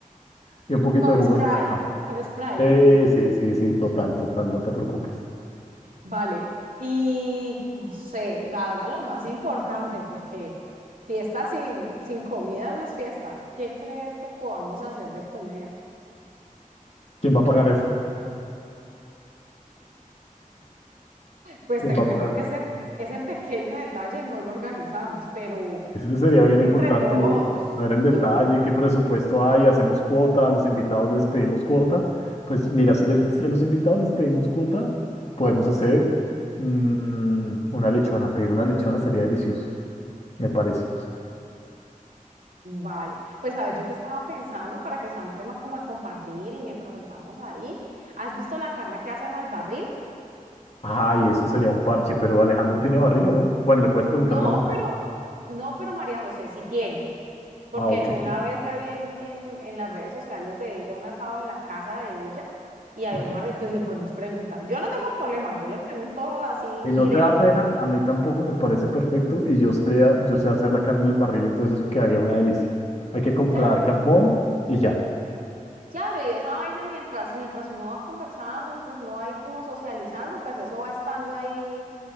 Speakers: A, on the left; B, on the right.
A: y un poquito
B: con
A: de jugo
B: spray,
A: de naranja.
B: con spray.
A: Sí, sí, sí, sí, total, total, no te preocupes.
B: Vale, y no sé, ahora lo más importante, porque fiesta sin, sin comida no es fiesta. ¿Qué crees que podamos hacer de comer?
A: ¿Quién va a pagar eso?
B: Pues
A: ¿Quién
B: te
A: va
B: cuento
A: a pagar
B: que
A: eso?
B: ese, ese pequeño detalle no lo organizamos, pero
A: Eso sería
B: yo creo
A: bien
B: que
A: importante
B: entre todos,
A: ver el
B: yo
A: detalle,
B: creo que
A: qué presupuesto hay, hacemos cuota, a los invitados les pedimos cuota. Pues mira, si, les, si a los invitados les pedimos cuota, podemos hacer mm, una lechona, pedir una lechona sería delicioso, me parece.
B: vale. Pues sabes, yo que estaba pensando para que sea un tema como de compartir y mientras estamos ahí, ¿has visto la carne que hacen al barril?
A: Ay, eso sería un parche, pero Alejandro tiene barril o no? Bueno, le puedes preguntar
B: No,
A: a la mujer.
B: pero, no, pero María José sí tiene, porque
A: Ah, ok,
B: yo una vez la vi en, en, en las redes sociales de ella, un asado en la casa de ella. Y había
A: ok.
B: un barril, pues le podemos preguntar. Yo no tengo problema, yo le pregunto así
A: Si
B: directo.
A: no te da pena, a mí tampoco me parece perfecto y yo sé, yo sé hacer la carne en el barril, entonces eso quedaría una delicia. Hay que comprar
B: Claro.
A: carbón y ya.
B: Claro, y esa vaina mientras, mientras uno va conversando, mientras uno va ahí como socializando, pues eso va estando ahí